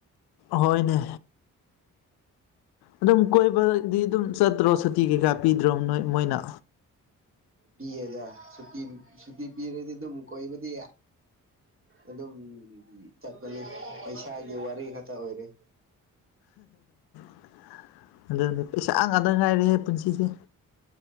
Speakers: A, on the left; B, on the right.
A: ꯍꯣꯏꯅꯦ ꯑꯗꯨꯝ ꯀꯣꯏꯕꯗꯤ ꯑꯗꯨꯝ ꯆꯠꯇ꯭ꯔꯣ ꯁꯨꯇꯤ ꯀꯩꯀꯥ ꯄꯤꯗ꯭ꯔꯣ ꯅꯣꯏ ꯃꯣꯏꯅ
B: ꯄꯤꯌꯦꯗ ꯁꯨꯤ ꯁꯨꯇꯤ ꯄꯤꯔꯗꯤ ꯑꯗꯨꯝꯛ ꯀꯣꯏꯕꯗꯤ ꯑꯗꯨꯝ ꯆꯠꯄꯅꯤ ꯄꯩꯁꯥꯒꯤ ꯋꯥꯔꯤ ꯈꯛꯇ ꯑꯣꯏꯔꯦ
A: <inaudible> ꯑꯗꯨꯗꯤ ꯄꯩꯁꯥ ꯉꯥꯛꯇ ꯉꯥꯏꯔꯦꯍꯦ ꯄꯨꯟꯁꯤꯁꯦ